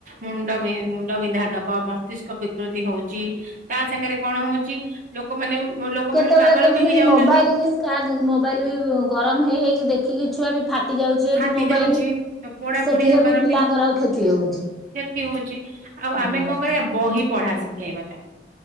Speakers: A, on the right (about 45°); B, in the centre.
A: ମୁଣ୍ଡ ମୁଣ୍ଡ ବିନ୍ଧା ଦବ ମସ୍ତିଷ୍କ ବିକୃତି ହଉଛି ତା ସାଙ୍ଗରେ କଣ ହଉଛି ଲୋକମାନେ ଲୋକମାନେ
B: କେତେବେଳେ
A: ପାଗଳ
B: କେମିତି
A: ହେଇଯାଉଛନ୍ତି
B: ବି ମୋବାଇଲ ବିସ୍ ମୋବାଇଲ ବି ଗରମ ହେଇ ହେଇକି ଦେଖ ଦେଖି ବି ଛୁଆ ବି ଫାଟି ଯାଉଛି ଯଦି
A: ଫାଟି
B: ମୋବାଇଲ
A: ଯାଉଛି ତ ପୋଡା
B: ସେଥିରେ
A: ପୋଡି ହେବାର
B: ବି ପିଲାଙ୍କର କ୍ଷତି ହଉଛି।
A: କ୍ଷତି ହଉଛି ଆଉ
B: ହୁଁ
A: ଆମେ କଣ କରିବା ବହି ପଢା ଶିଖେଇବା ତାଙ୍କୁ